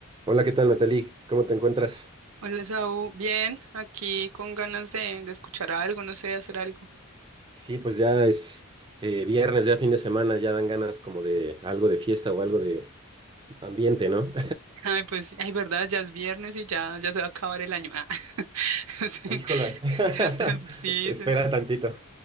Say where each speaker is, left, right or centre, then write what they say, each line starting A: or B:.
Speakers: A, on the right; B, on the right.
A: Hola, ¿qué tal, Natalie? ¿Cómo te encuentras?
B: Hola, Saúl. Bien, aquí con ganas de, de escuchar algo, no sé, hacer algo.
A: Sí, pues ya es eh, viernes, ya fin de semana, ya dan ganas como de algo de fiesta o algo de ambiente, ¿no?
B: <laughs> Ay, pues, sí, ay, verdad, ya es viernes y ya, ya se va a acabar el año. Ah, <laughs>
A: <laughs>
B: sí,
A: Ay, Híjola, <laughs>
B: ya está, sí,
A: Es- espera
B: sí, sí,
A: tantito.